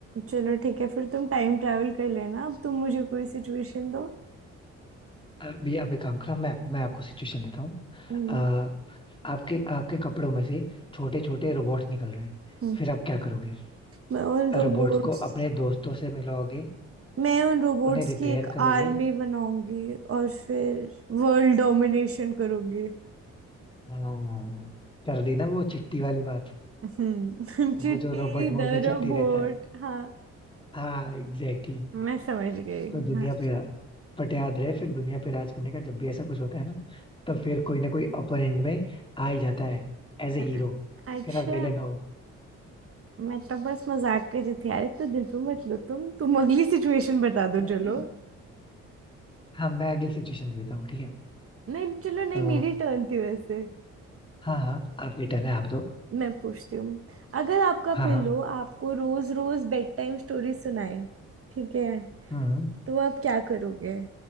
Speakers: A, on the right (about 45°); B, on the left (about 15°).
A: चलो ठीक है फिर तुम टाइम ट्रैवल कर लेना अब तुम मुझे कोई सिचुएशन दो
B: अभी आप एक काम करो मैं मैं आपको सिचुएशन देता हूँ
A: हम्म
B: अ, आपके आपके कपड़ों में से छोटे छोटे रोबोट्स निकल रहे हैं
A: हम्म।
B: फिर आप क्या करोगे
A: मैं उन रोबोट्स
B: रोबोट्स को अपने दोस्तों से मिलाओगे
A: मैं उन रोबोट्स
B: उन्हें रिपेयर
A: की एक
B: करोगे
A: आर्मी बनाऊंगी और फिर वर्ल्ड डोमिनेशन करूंगी
B: हाँ कर दी ना वो चिट्टी वाली बात
A: हम्म <laughs> चिट्टी
B: वो जो रोबोट
A: द
B: मूवी में
A: रोबोट
B: चिट्टी रहता है
A: हाँ
B: हाँ एग्जैक्टली exactly.
A: मैं समझ गई
B: तो दुनिया
A: हाँ
B: पे बट याद रहे फिर दुनिया पे राज करने का जब भी ऐसा कुछ होता है ना तो फिर कोई ना कोई अपर एंड में आ ही जाता है एज ए हीरो
A: हाँ, हाँ। अच्छा
B: फिर आप विलन हो
A: मैं तो बस मजाक कर रही थी अरे तो दिल पे मत लो तुम तुम अगली सिचुएशन बता दो
B: नहीं
A: चलो
B: नहीं हाँ मैं अगली सिचुएशन दे देता हूँ ठीक है
A: नहीं चलो
B: अ,
A: नहीं मेरी टर्न थी वैसे
B: हाँ हाँ आपकी टर्न है आप दो
A: मैं पूछती हूँ अगर आपका
B: हाँ
A: पिल्लो
B: हाँ
A: आपको रोज रोज बेड टाइम स्टोरी सुनाए ठीक है
B: हम्म
A: तो आप क्या करोगे